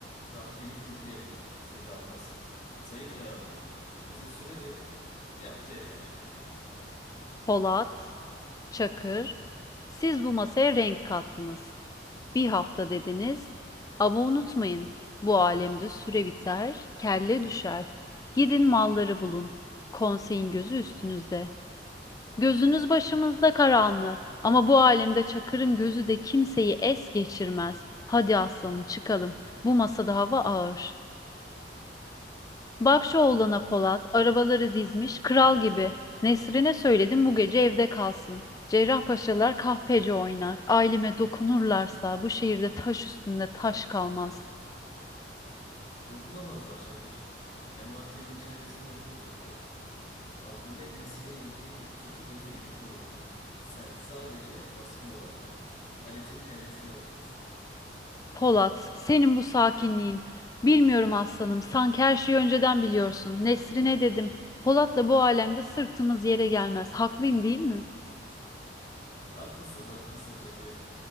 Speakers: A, on the left (about 40°); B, on the left (about 20°).
A: Kahpelik gizli yapılır, gizli kalmaz. Sayın Karahanlı, bize süre verin, bir hafta yeter.
B: Polat, Çakır, siz bu masaya renk kattınız. Bir hafta dediniz. Ama unutmayın, bu alemde süre biter, kelle düşer. Gidin malları bulun. Konseyin gözü üstünüzde. Gözünüz başımızda Karahanlı. Ama bu alemde Çakır'ın gözü de kimseyi es geçirmez. Hadi aslanım çıkalım. Bu masada hava ağır. Bak şu oğlana Polat, arabaları dizmiş, kral gibi. Nesrine söyledim bu gece evde kalsın. Cerrahpaşalar kahpece oynar. Aileme dokunurlarsa bu şehirde taş üstünde taş kalmaz.
A: Dokunamazlar Şakır. Memat evin çevresinde nöbet tutuyor. Abdüley Nesrin yengeyi ve pusatı gözü gibi korur. Sen sadece baskına odaklan. Halit'in kellesini alacağız.
B: Polat, senin bu sakinliğin. Bilmiyorum aslanım, sanki her şeyi önceden biliyorsun. Nesrine dedim, Polat'la bu alemde sırtımız yere gelmez. Haklıyım değil mi?
A: Haklısın, haklısın Çakır.